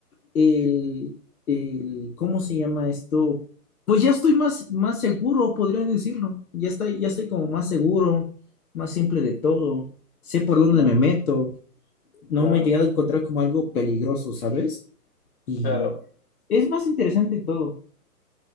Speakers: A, on the left (about 65°); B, on the left (about 40°).
A: el, el- ¿cómo se llama esto? Pues ya estoy más, más seguro, podría decirlo. Ya estoy, ya estoy como más seguro, más simple de todo. Sé por dónde
B: claro,
A: me meto. No
B: claro.
A: me he llegado a encontrar como algo peligroso, ¿sabes? Y
B: claro.
A: es más interesante todo.